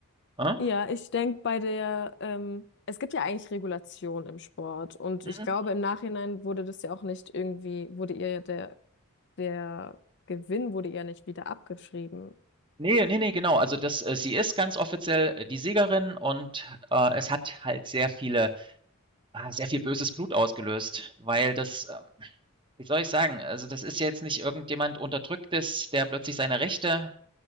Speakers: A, on the right; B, on the left.
A: äh?
B: ja, ich denke bei der, ähm, es gibt ja eigentlich Regulation im Sport und
A: Mhm.
B: ich glaube im Nachhinein wurde das ja auch nicht irgendwie, wurde ihr der, der Gewinn wurde ihr nicht wieder abgeschrieben.
A: Ne, ne, ne, genau. Also, das äh, sie ist ganz offiziell äh, die Siegerin und, äh, es hat halt sehr viele ah, sehr viel böses Blut ausgelöst, weil das, äh Wie soll ich sagen? Also, das ist ja jetzt nicht irgendjemand Unterdrücktes, der plötzlich seine Rechte